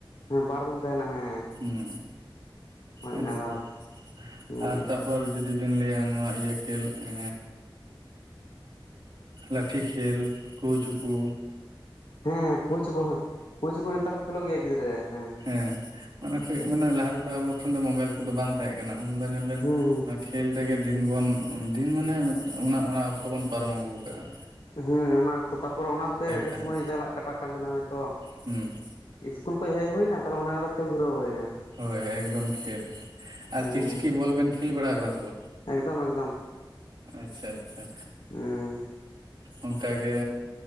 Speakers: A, on the left; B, on the right.
A: ᱦᱮᱸ ᱵᱟᱨ ᱫᱚᱞ ᱛᱟᱦᱮᱱᱟ ᱦᱮᱸ᱾
B: ᱦᱩᱸ
A: ᱦᱳᱭ
B: ᱟᱹᱰᱤ
A: ᱚᱱᱟ ᱫᱚ
B: ᱪᱮᱨᱦᱟ
A: ᱦᱮᱸ
B: ᱟᱨ ᱛᱟᱯ᱾ ᱯᱷᱳᱨ ᱡᱩᱫᱤᱵᱤᱱ ᱞᱟᱹᱭᱟ ᱱᱚᱣᱟ ᱤᱭᱟᱹ ᱠᱷᱮᱞ ᱮ᱾ ᱞᱟᱹᱴᱷᱤ ᱠᱷᱮᱞ ᱠᱩᱪᱩᱠᱩ᱾
A: ᱦᱮᱸ ᱠᱳᱦᱩᱪᱩᱠᱩ ᱠᱳᱦᱩᱪᱩᱠᱩ ᱠᱚ ᱱᱮᱛᱟᱨ ᱠᱚ ᱠᱷᱮᱞᱳᱜ ᱜᱮᱭᱟ ᱜᱤᱫᱽᱨᱟᱹ ᱦᱮᱸ ᱦᱮᱸ᱾
B: ᱮ ᱢᱟᱱᱮ ᱞᱟᱦᱟ ᱛᱮᱫᱚ ᱟᱵᱚ ᱴᱷᱮᱱ ᱫᱚ ᱢᱳᱵᱟᱭᱤᱞ ᱠᱚᱫᱚ ᱵᱟᱝ ᱛᱟᱦᱮᱸ ᱠᱟᱱᱟ ᱩᱱ ᱫᱚ ᱧᱮᱞ ᱵᱮᱱ᱾
A: ᱦᱮᱸ
B: ᱠᱷᱮᱞ ᱨᱮᱜᱮ ᱫᱤᱱ ᱵᱚᱱ ᱫᱤᱱ ᱢᱟᱱᱮ ᱚᱱᱟ ᱚᱠᱛᱚ ᱵᱚᱱ ᱯᱟᱨᱚᱢ ᱟᱹᱜᱩ ᱟᱠᱟᱟᱜᱼᱟ᱾
A: ᱦᱮᱸ ᱚᱱᱟᱠᱛᱚ ᱛᱟᱯᱚᱨ ᱚᱱᱟᱛᱮ ᱟᱹᱰᱤ
B: ᱛᱟᱦᱮᱸᱫ
A: ᱥᱳᱚᱢᱚᱭ ᱪᱟᱞᱟᱜ᱾ ᱠᱟᱴᱟᱜ ᱠᱟᱱ ᱛᱟᱦᱮᱱᱟ ᱦᱚᱭᱛᱚ
B: ᱦᱩᱸ
A: ᱤᱥᱠᱩᱞ ᱠᱷᱚᱡ ᱦᱮᱡ ᱦᱩᱭ ᱮᱱᱟ ᱛᱟᱦᱚᱞᱮ ᱚᱱᱟ ᱠᱷᱮᱞ ᱫᱷᱩᱨᱟᱹᱣ ᱦᱩᱭ ᱮᱱᱟ᱾
B: ᱦᱳᱭ ᱦᱳᱭ ᱮᱠᱫᱚᱢ ᱠᱷᱮᱞ ᱟᱨ
A: ᱦᱮᱸ
B: ᱪᱤᱠᱪᱤᱠᱤ ᱵᱚᱞ ᱵᱮᱱ ᱠᱷᱮᱞ ᱵᱟᱲᱟ ᱠᱟᱫᱟ ᱥᱮ ᱵᱟᱝ᱾
A: ᱮᱠᱫᱚᱢ ᱮᱠᱫᱚᱢ
B: ᱟᱪᱪᱷᱟ ᱟᱪᱪᱷᱟ
A: ᱦᱮᱸ
B: ᱚᱱᱠᱟ ᱜᱮ᱾